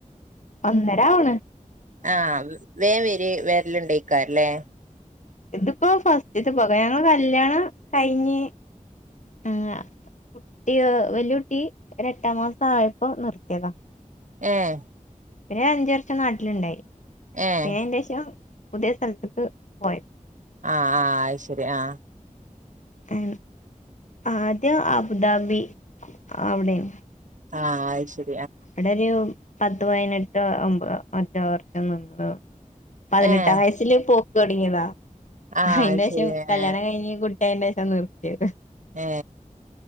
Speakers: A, on the left; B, on the right.
A: ഒന്നരാവ്ണ്.
B: ആഹ് വെ വെര് വെര്ല്ണ്ടായിക്കല്ലേ.
A: ഇതിപ്പോ ഫസ്റ്റ് തെ പോക ഞങ്ങള് കല്യാണം കഴിഞ്ഞ് ആ കുട്ടി വല്ല്യ കുട്ടി ഒരു എട്ടാം ക്ലാസായപ്പം നിർത്തിയതാ.
B: ഏഹ്
A: പിന്നെ അഞ്ച് വർഷം നാട്ടിലുണ്ടായി.
B: ഏഹ്
A: പിന്നെ അയിന്റെശം പുതിയ സ്ഥൽത്ത്ക്ക് പോയി.
B: ആ ആ അഹ് ശരി ആ.
A: ഏ ആദ്യം അബുദാബി ഔടെനി
B: ആ അഹ്ശരി.
A: ഔടെരു, പത്ത്, പതിനെട്ട്, ഒമ്പ, മറ്റോ വർഷം നിന്നു. പതിനെട്ടാം
B: ഏഹ്
A: വയസ്സില് പോക്ക് തുടങ്ങിയതാ
B: ആഹ്
A: അയിന്റോശം
B: അത് ശരി ഏഹ്
A: കല്യാണം കഴിഞ്ഞ് കു കുട്ടി ആയന്റോശനിർത്തിയത്.
B: ഏ